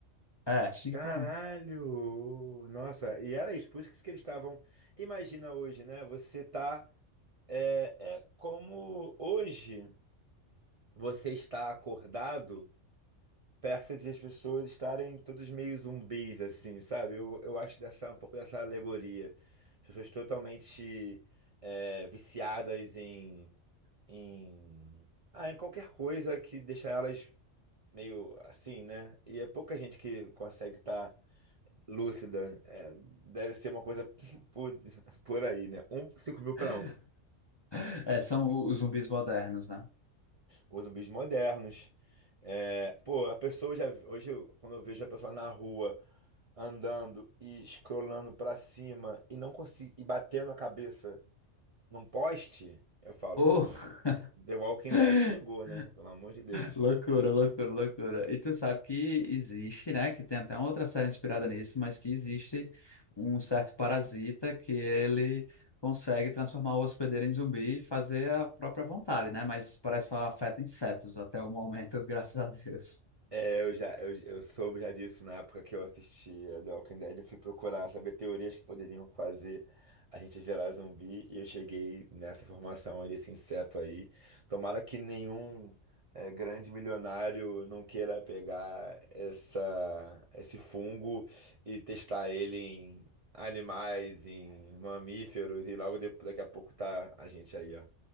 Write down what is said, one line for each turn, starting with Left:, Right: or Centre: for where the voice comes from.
Left: É, 5
Right: Caralho!
Left: para um.
Right: Nossa, e era isso, por isso que eles estavam. Imagina hoje, né? Você tá. É, é como hoje você está acordado perto de as pessoas estarem todos meio zumbis, assim, sabe? Eu, eu acho dessa, um pouco dessa alegoria. As Pessoas totalmente é, viciadas em, em. Ah, em qualquer coisa que deixa elas meio assim, né? E é pouca gente que consegue estar Lúcida, é, deve ser uma coisa <laughs> por, por aí, né? Um, 5 mil para
Left: <laughs>
Right: um.
Left: É, são o- os zumbis modernos, né?
Right: Ou zumbis modernos. É, pô, a pessoa já. Hoje, eu- quando eu vejo a pessoa na rua andando e escrolando para cima e não consigo, e batendo a cabeça num poste, eu falo,
Left: Oh,
Right: porra, The Walking
Left: <laughs>
Right: Dead chegou, né? Pelo amor de Deus.
Left: loucura, loucura, loucura. E tu sabe que existe, né? Que tem até uma outra série inspirada nisso, mas que existe um certo parasita que ele consegue transformar o hospedeiro em zumbi e fazer a própria vontade, né? Mas parece só afeta insetos até o momento, <laughs> graças a Deus.
Right: É, eu já eu, eu soube já disso na época que eu assistia The Walking Dead, eu fui procurar saber teorias que poderiam fazer a gente virar zumbi e eu cheguei nessa informação aí desse inseto aí. Tomara que nenhum é, grande milionário não queira pegar essa esse fungo e testar ele em animais, em mamíferos e logo de- daqui a pouco tá a gente aí, ó,